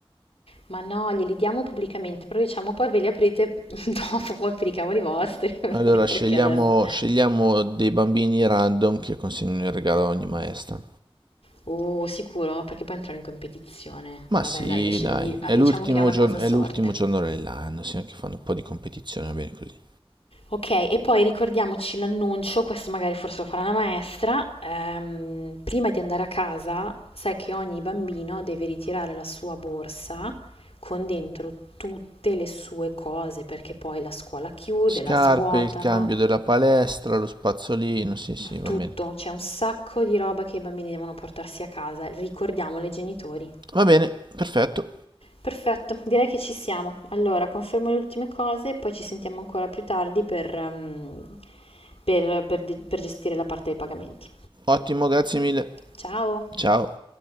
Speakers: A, on the left; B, on the right.
A: Ma no, glieli diamo pubblicamente, però diciamo poi ve li aprite <laughs> dopo, poi per i cavoli vostri, <laughs> perché
B: Allora scegliamo,
A: adesso...
B: scegliamo dei bambini random che consegnano il regalo a ogni maestra.
A: Uh, sicuro, perché poi entrano in competizione.
B: Ma
A: Vabbè,
B: sì,
A: dai, li sc-
B: dai,
A: gli- ah,
B: è
A: diciamo
B: l'ultimo
A: che è una
B: giorno,
A: cosa a
B: è
A: sorte.
B: l'ultimo giorno dell'anno, sì, anche fanno un po' di competizione, va bene così.
A: Ok, e poi ricordiamoci l'annuncio, questo magari forse lo farà la maestra. ehm, prima di andare a casa, sai che ogni bambino deve ritirare la sua borsa con dentro tutte le sue cose, perché poi la scuola chiude,
B: Scarpe,
A: la svuotano,
B: il cambio della palestra, lo spazzolino, sì, sì, va
A: tutto.
B: bene.
A: C'è un sacco di roba che i bambini devono portarsi a casa. Ricordiamolo ai genitori.
B: Va bene, perfetto.
A: Perfetto, direi che ci siamo. Allora, confermo le ultime cose e poi ci sentiamo ancora più tardi per, ehm, per- per- per gestire la parte dei pagamenti.
B: Ottimo, grazie mille.
A: Ciao!
B: Ciao.